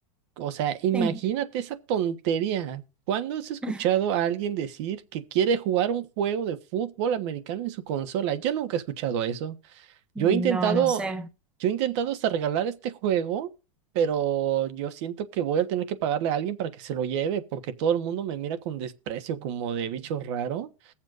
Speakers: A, on the right; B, in the centre.
A: O sea, imagínate
B: sí.
A: esa tontería. ¿Cuándo has escuchado
B: <laughs>
A: a alguien decir que quiere jugar un juego de fútbol americano en su consola? Yo nunca he escuchado eso.
B: No,
A: Yo he intentado,
B: no sé.
A: yo he intentado hasta regalar este juego, pero yo siento que voy a tener que pagarle a alguien para que se lo lleve, porque todo el mundo me mira con desprecio como de bicho raro.